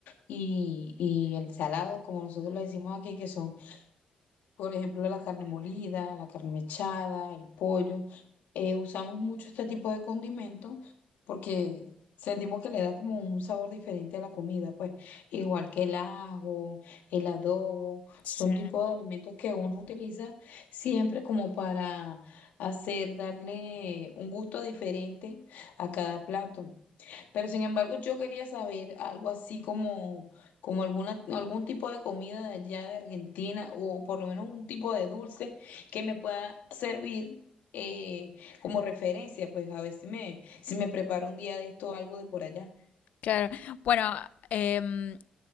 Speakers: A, on the left; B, on the left.
A: y, y el salado, como nosotros lo decimos aquí, que son por ejemplo, la carne molida, la carne mechada, el pollo. Eh, usamos mucho este tipo de condimentos porque sentimos que le da como un sabor diferente a la comida, pues igual que el ajo, el adobo,
B: Sí.
A: son tipos de alimentos que uno utiliza siempre como para hacer, darle un gusto diferente a cada plato. Pero sin embargo, yo quería saber algo así como, como alguna, algún tipo de comida de allá de Argentina o por lo menos un tipo de dulce que me pueda servir eh, como referencia, pues a ver si me, si me preparo un día de esto algo de por allá.
B: Claro. Bueno, em,